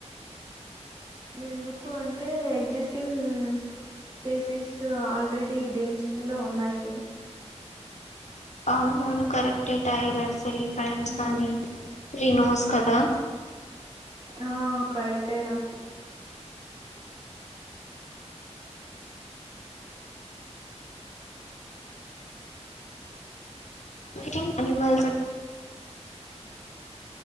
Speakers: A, on the right; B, on the left.
A: ఎందుకు అంటే ఎగ్జిస్టింగ్ స్పీసీస్ ఆల్రెడీ డేంజర్ లో ఉన్నాయి
B: అవునవును కరెక్ట్టే టైగర్స్ ఎలిఫెంట్స్
A: ఉమ్,
B: కానీ రినోస్ కదా
A: ఆ కరెక్టే రా
B: <unintelligible> అనిమల్స్